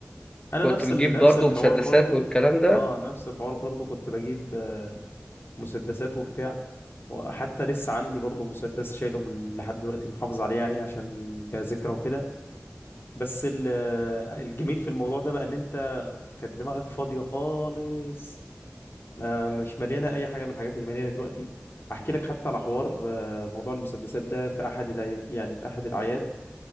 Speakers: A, on the left; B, on the left.
A: انا
B: كنت
A: نفس
B: بتجيب
A: ال... نفس
B: برضو
A: الحوار
B: مسدسات
A: برضو
B: والكلام ده
A: اه نفس الحوار برضو كنت بجيب آه، مسدسات وبتاع وحتى لسه عندي برضو مسدس شايله من لحد دلوقتي محافظ عليه يعني عشان كذكرى وكده بس ال- الجميل في الموضوع ده بقى ان انت كانت دماغك فاضية خالص ما مش مليانة اي حاجة من الحاجات اللي مليانة دلوقتي احكي لك حتى على حوار آه، موضوع المسدسات ده في احد العي... يعني في احد الاعياد